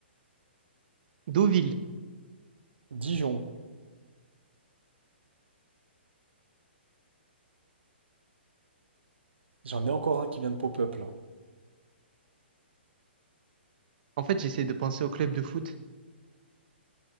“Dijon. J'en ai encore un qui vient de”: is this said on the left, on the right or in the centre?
Right